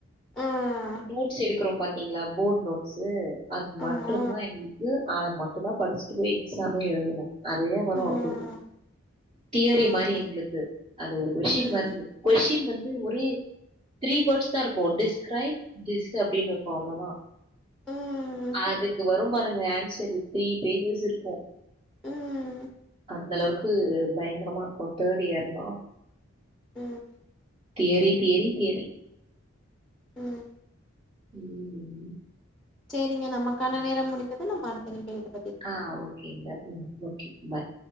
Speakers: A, in the centre; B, on the right (about 30°).
A: ம்
B: நோட்ஸ் எடுக்கிறோ பாத்தீங்களா போர்ட் நோட்ஸு அதுக்கு
A: ஆமா
B: மட்டும்தா எங்களுக்கு அத மட்டுும் தா படிச்சுட்டு போய் எக்ஸாமே எழுதுனு நெறைய வரு
A: ம்
B: அப்டி தியரி
A: ம்
B: மாதிரி எங்களுக்கு அது ஒரு கொஸ்டின்
A: ம்
B: வருது கொஸின் வந்து ஒரே த்ரீ வேர்ட்ஸ் தா இருக்கும் டிஸ்கிரைப் தீஸ் அப்டின்னு இருக்கும் அவ்வளோதா
A: ம்
B: அதுக்கு வரு பாருங்க ஆன்சர் த்ரீ பேஜஸ் இருக்கும்
A: ம்
B: அந்த அளவுக்கு பயங்கரமா இருக்கும் தேர்ட் இயர்லா
A: ம்
B: தியரி தியரி தியரி
A: ம்
B: ம்
A: சேரிங்க நமக்கான நேர முடிந்தது நம்ம அடுத்த இனைப்பு
B: ஆ ஓகேங்க ம் ஓகே பாய்